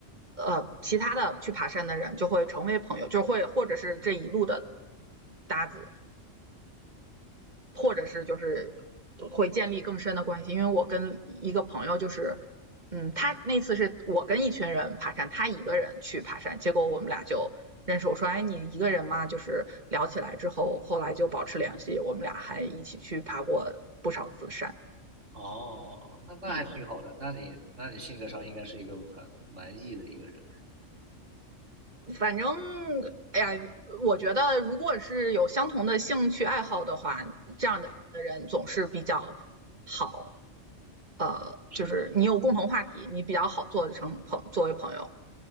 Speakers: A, on the right; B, on the right.
A: 呃其他的去爬山的人，就会成为朋友，就会或者是这一路的搭子。或者是就是会建立更深的关系。因为我跟一个朋友就是，嗯，他那次是我跟一群人爬山，他一个人去爬山，结果我们俩就认识。我说，哎，你一个人吗？就是聊起来之后，后来就保持联系，我们俩还一起去爬过不少次山。
B: 哦，那那还挺好的，
A: 嗯。
B: 那你那你性格上应该是一个很蛮毅的一个人，
A: 反正，哎呀，我觉得如果是有相同的兴趣爱好的话，这样的人总是比较好。呃，
B: 是
A: 就是你有共同话题，你比较好做成朋作为朋友。